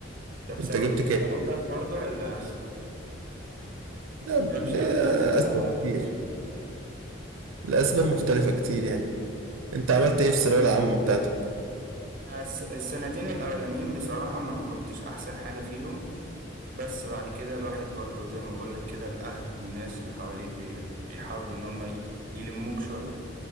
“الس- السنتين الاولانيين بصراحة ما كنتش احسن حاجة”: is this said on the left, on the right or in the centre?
Right